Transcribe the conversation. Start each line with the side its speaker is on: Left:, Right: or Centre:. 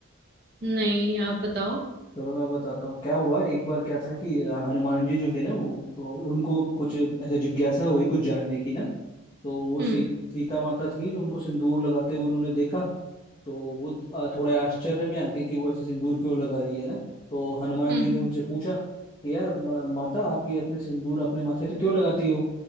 Right: नहीं आप बताओ
Left: चलो मैं बताता हूँ क्या हुआ एक बार क्या था कि हनुमान जी जो थे ना वो वो- उनको कुछ ऐसे जिज्ञासा हुई कुछ जानने की ना तो वो
Right: हम्म
Left: सी, सीता माता थी जो उनको सिंदूर लगाते हुए उन्होंने देखा तो वो अ, थोड़े आश्चर्य में आ गए कि वो ऐसे सिंदूर क्यों लगा रही है ना तो हनुमान
Right: हम्म
Left: जी ने उनसे पूछा कि यार म- माता आप ये अपने सिंदूर अपने माथे पे क्यों लगाती हो